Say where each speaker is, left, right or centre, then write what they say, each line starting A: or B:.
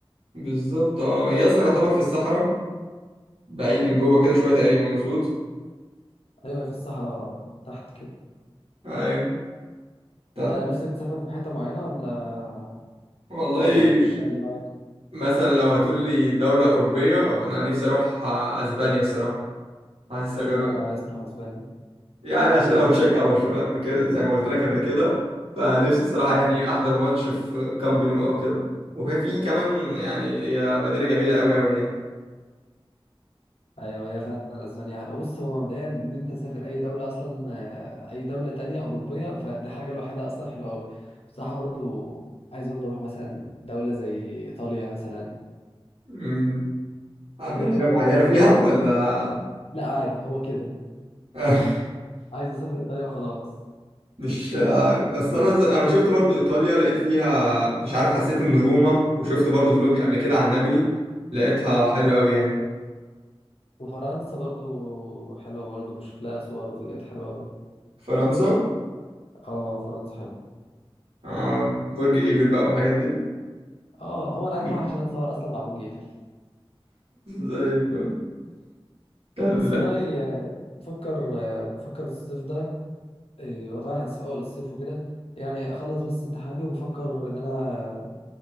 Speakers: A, on the right; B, on the left.
A: بالظبط اه هي اصلا يعتبر في الصحراء بعيدا جوه كده شويه تقريبا مظبوط
B: ايوه هي في الصحراء تحت كده
A: ايوه طب
B: انت نفسك تسافر في حته معينه ولا
A: والله
B: ولا مش شايل دماغك
A: مثلا لو هتقول لي دوله اوروبيه انا نفسي اروح اسبانيا الصراحه حاسس
B: اشمعنى
A: أجو...
B: عايز تروح اسبانيا
A: يعني عشان انا <laughs> بشجع برشلونه قبل كده زي ما قلت لك قبل كده فنفسي الصراحه
B: اه
A: يعني احضر ماتش في كامب نو او كده وفي في كمان يعني هي مدينه جميله قوي قوي يعني
B: ايوه هي فعلا اسبانيا حلوه بص هو مبدئيا ان انت تسافر اي دوله اصلا آه، اي دوله تانية اوروبيه فدي حاجه لوحدها اصلا حلوه قوي بصراحه برضو عايز برضو اروح مثلا دوله زي ايطاليا مثلا
A: أمم، مدينه
B: ايطاليا حلوه
A: معينه
B: جدا
A: فيها
B: برضو
A: ولا
B: لا عادي هو كده
A: <laughs>
B: عايز اسافر ايطاليا وخلاص
A: مش بس انا ز... انا شفت برضو ايطاليا لقيت فيها مش عارف حسيت ان روما وشفت برضو فلوج قبل كده عن نابولي لقيتها حلوة قوي يعني
B: وفرنسا برضو حلوة برضو بشوف لها صور وفيديوهات حلوة أوي
A: فرنسا
B: اه فرنسا حلوة
A: آه برج ايفل بقى والحاجات دي
B: اه هو أنا
A: <laughs>
B: عايز أروح عشان أتصور أصلا مع برج إيفل
A: زي الفل طب
B: بس والله آه، فكر آه، فكر الصيف ده آه، هو طبعا احنا لسه في أول الصيف وكده يعني أخلص بس امتحاناتي وبفكر إن أنا